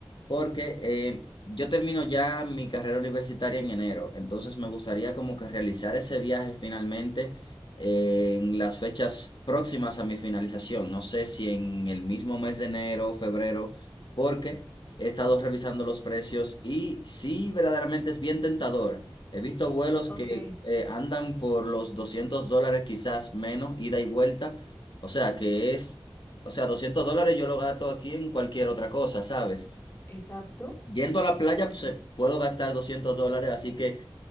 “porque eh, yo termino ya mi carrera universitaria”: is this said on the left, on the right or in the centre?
Left